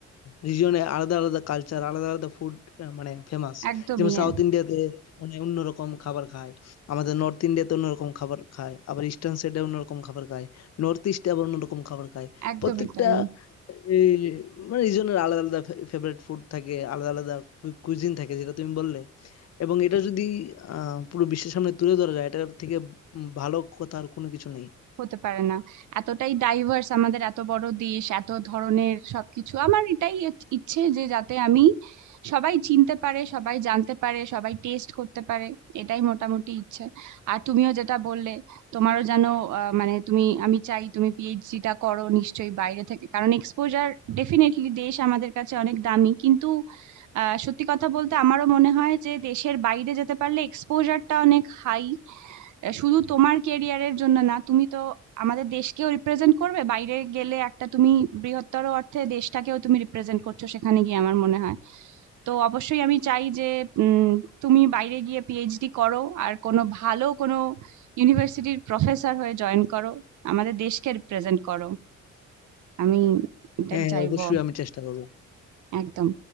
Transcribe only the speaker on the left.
রিজিয়নে আলাদা আলাদা কালচার আলাদা আলাদা ফুড মানে ফেমাস
যেমন সাউথ ইন্ডিয়াতে মানে অন্যরকম খাবার খায় আমাদের নর্থ ইন্ডিয়াতে অন্যরকম খাবার খায় আবার ইস্টার্ন সাইডে অন্যরকম খাবার খায় নর্থ ইস্টে আবার অন্যরকম খাবার খায়
প্রত্যেকটা
এই মানে রিজনের আলাদা আলাদা ফেভারিট ফুড থাকে আলাদা আলাদা কুইজিন থাকে যেটা তুমি বললে এবং এটা যদি আহ, পুরো বিশ্বের সামনে তুলে ধরা যায় এটার থেকে উম ভালো কথা আর কোনো কিছু নেই
হ্যাঁ হ্যাঁ,
অবশ্যই আমি চেষ্টা করবো